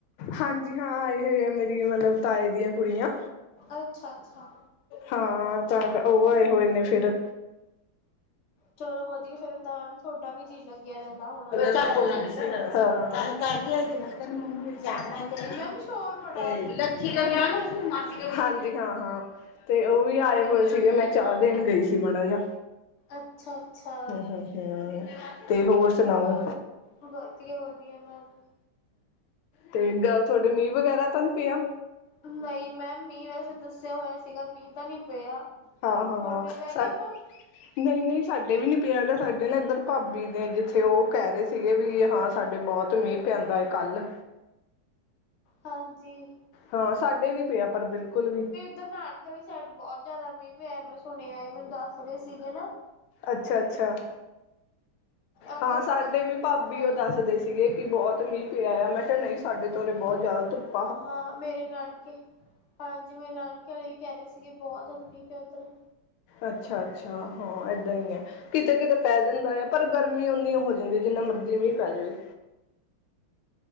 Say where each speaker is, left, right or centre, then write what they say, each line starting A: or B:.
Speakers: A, on the left; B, on the left.
A: ਹਾਂਜੀ ਹਾਂ, ਆਏ ਹੋਏ ਆ ਇਹ ਆ ਮੇਰੀ ਮਤਲਬ ਤਾਏ ਦੀਆਂ ਕੁੜੀਆਂ।
B: ਅੱਛਾ-ਅੱਛਾ।
A: ਹਾਂ, ਤਾਂ ਉਹ ਆਏ ਹੋਏ ਨੇ ਫੇਰ
B: ਚਲੋ ਵਧੀਆ, ਫੇਰ ਤਾਂ ਤੁਹਾਡਾ ਵੀ ਜੀਅ ਲੱਗਿਆ ਰਹਿੰਦਾ ਹੁਣ।
A: <unintelligible> ਬੋ ਕਹਿ ਕੇ ਕਿੰੂੰ ਮੰਮੀੂੰ <unintelligible> ਮੇਰੇ ਚਖਣਾ
B: ਹਾਂਜੀ
A: ਇੱਕ ਲੱਖੀ
B: ਮੈਮ ਸ਼ੋਰ ਬੜਾ
A: ਤੇ
B: ਆ ਰਿਹਾ ਤੁਸੀਂ
A: ਲੱੱਖੀ
B: ਕਿਸੇ
A: <inaudible> ਲਗਿਆ ਨਾ ਤੁਸੀ ਹਾਂਜੀ ਹਾਂ-ਹਾਂ, ਤੇ ਉਹ ਵੀ ਆਏ ਹੋਏ ਸੀਗੇ, ਮੈਂ ਚਾਹ ਦੇਨ ਗਈ ਸੀ ਮਾੜਾ ਜਿਹਾ
B: ਅੱਛਾ-ਅੱਛਾ।
A: ਹੂੰ ਹੂੰ ਤੇ ਹੋਰ ਸੁਣਾਓ‍?
B: ਵਧੀਆ-ਵਧੀਆ ਮੈਮ
A: ਤੇ ਕੱਲ ਤੁਹਾਡੇ ਮੀਂਹ ਵਗੈਰਾ ਤਾਂ ਨੀ ਪਿਆ?
B: ਨਹੀਂ ਮੈਮ, ਮੀਂਹ ਵੈਸੇ ਦੱਸਿਆ ਹੋਇਆ ਸੀਗਾ, ਮੀਂਹ ਤਾਂ ਨਹੀ ਪਿਆ।
A: ਹਾਂ-ਹਾਂ,
B: ਤੁਹਾਡੇ ਪੈ
A: ਸਾਡੇ
B: ਗਿਆ ਮੈਮ
A: ਨਹੀਂ-ਨਹੀਂ ਸਾਡੇ ਵੀ ਨਹੀਂ ਪਿਆ, ਸਾਡੇ ਨਾ ਇੱਧਰ ਭਾਬੀ ਨੇ ਜਿੱਥੇ ਉਹ ਕਹਿ ਰਹੇ ਸੀਗੇ ਵੀ ਹਾਂ। ਸਾਡੇ ਬਹੁਤ ਮੀਂਹ ਪੈਂਦਾ ਹੈਏ ਕੱਲ੍ਹ
B: ਹਾਂਜੀ।
A: ਹਾਂ, ਸਾਡੇ ਨੀ ਪਿਆ ਪਰ ਬਿਲਕੁਲ ਵੀ
B: ਨਾਨਕੇ ਵਾਲੀ ਸਾਈਡ ਬਹੁਤ ਜ਼ਿਆਦਾ ਮੀਂਹ ਪਿਆ, ਮੈਂ ਸੁਣਿਆ ਹੈ, ਮੈਨੂੰ ਦੱਸ ਰਹੇ ਸੀਗੇ ਨਾ
A: ਅੱਛਾ-ਅੱਛਾ,
B: ਉੱਧਰ
A: ਹਾਂ
B: ਬੜਾ
A: ਸਾਡੇ
B: ਬਹੁਤ
A: ਵੀ ਭਾਬੀ
B: ਜ਼ਿਆਦਾ
A: ਉਹ ਦੱਸਦੇ ਸੀਗੇ। ਬਹੁਤ ਮੀਂਹ ਪਿਆ ਆਇਆ, ਮੈਂ ਕਿਹਾ ਨਹੀਂ ਸਾਡੇ ਤੋ ਬਹੁਤ ਜ਼ਿਆਦਾ ਧੁੱਪ।
B: ਹਾਂ ਮੇਰੇ ਨਾਨਕੇ ਹਾਂਜੀ, ਮੇਰੇ ਨਾਨਕੇ ਵਾਲੇ ਵੀ ਕਹਿ ਰਹੇ ਸੀਗੇ ਬਹੁਤ ਜ਼ਿਆਦਾ ਮੀਂਹ ਪਿਆ ਉੱਧਰ
A: ਅੱਛਾ-ਅੱਛਾ, ਹਾਂ ਇੱਦਾਂ ਹੀ ਹੈ। ਕਿਤੇ -ਕਿਤੇ ਪੈ ਜਾਂਦਾ ਹੈ, ਪਰ ਗਰਮੀ ਓਨੀ ਹੋ ਜਾਂਦੀ, ਜਿੰਨਾ ਮਰਜ਼ੀ ਵੀ ਪੈ ਜਾਵੇ।